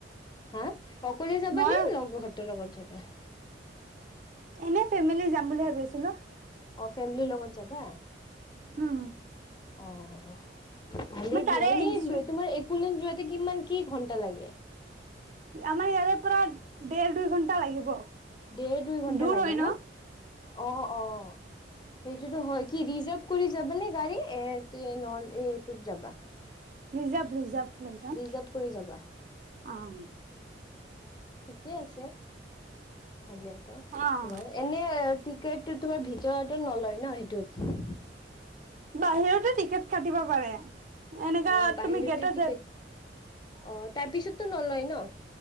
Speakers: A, on the left (about 25°); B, on the right (about 45°).
A: হাঁ অকলে যাবাানে
B: ময়ো
A: লগৰহতৰ লগত যাবা
B: এনেই ফেমিলি যাম বুলি ভাবি আছিলো
A: অ', ফেমিলি লগত যাবা
B: হম
A: অ', ভালেই
B: তাৰে
A: দিয়া এনেই
B: ইনষ্ট্ৰু
A: তোমাৰ একোলেণ্ড যোৱাতে কিমান কি ঘণ্টা লাগে
B: আমাৰ ইয়াৰে পৰা দেৰ দুই ঘণ্টা লাগিব
A: দেৰ দুই ঘন্টা
B: দূৰ
A: লাগে
B: হয়
A: ন অ', অ' সেইটোতো হয় কি ৰিজাৰ্ভ কৰি যাবা নে গাড়ী এ নহ'লে এইটোত যাবা
B: ৰিজাৰ্ভ ৰিজাৰ্ভ লৈ যাম
A: ৰিজাৰ্ভ কৰি যাবা
B: অ',
A: ঠিকে আছে। হ'লেতো
B: অ'
A: তোমাৰ এনে টিকেটটো তোমাৰ ভিতৰততে নলয় ন সেইটোত
B: বাহিৰতে টিকেট কাটিব পাৰে এনেকা
A: অ' বাহিৰতে
B: তুমি গেটত
A: টিকেট
B: যায়
A: অ' তাৰ পিছতো নলয় ন